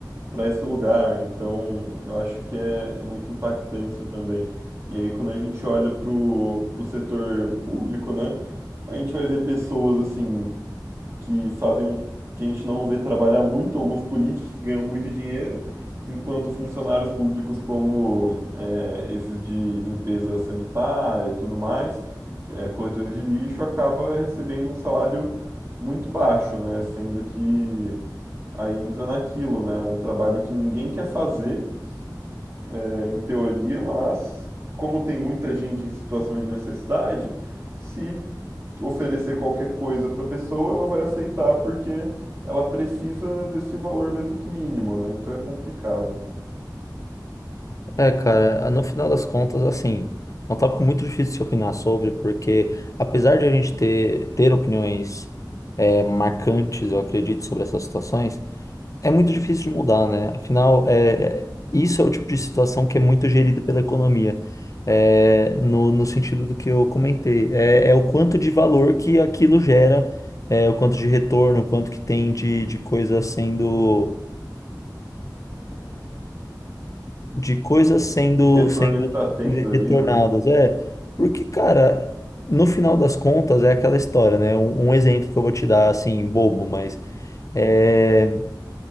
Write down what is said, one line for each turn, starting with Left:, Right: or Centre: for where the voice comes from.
Right: para esse lugar. Então, eu acho que é, é muito impactante isso também. E aí, quando a gente olha pro, pro setor público, né, a gente vai ver pessoas assim que fazem um, que a gente não vê trabalhar muito, alguns políticos que ganham muito dinheiro, enquanto funcionários públicos como é, esses de limpeza sanitária e tudo mais, é, coletores de lixo, acaba recebendo um salário muito baixo, né, sendo que Aí entra naquilo, né? Um trabalho que ninguém quer fazer, é, em teoria, mas como tem muita gente em situação de necessidade, se oferecer qualquer coisa para a pessoa, ela vai aceitar porque ela precisa desse valor mesmo que mínimo, né? Então é complicado.
Left: É, cara, no final das contas, assim, é um tópico muito difícil de se opinar sobre, porque apesar de a gente ter, ter opiniões é, marcantes, eu acredito, sobre essas situações, é muito difícil de mudar, né? Afinal, é, é- isso é o tipo de situação que é muito gerida pela economia, é, no, no sentido do que eu comentei. É, é o quanto de valor que aquilo gera, é, o quanto de retorno, o quanto que tem de, de coisa sendo. de coisas sendo,
Right: De retorno
Left: sendo
Right: que tá tendo ali,
Left: retornadas.
Right: né?
Left: É, porque, cara, no final das contas é aquela história, né? Um, um exemplo que eu vou te dar, assim, bobo, mas é,